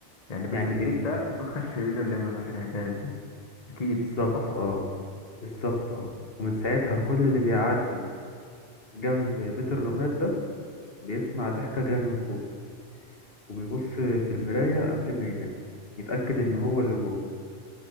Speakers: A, on the left (about 35°); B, on the left (about 55°).
A: يعني بس
B: يعني
A: اكيد
B: ال-
A: ده النسخه الشريره اللي هي ملهاش انعكاس دي اكيد
B: بالظبط
A: صح
B: اه بالظبط اه ومن ساعتها كل اللي بيعدي جنب بيت الرماد ده بيسمع ضحكة جاية من فوق وبيبص في المراية قبل ما ينام يتأكد إن هو اللي جوه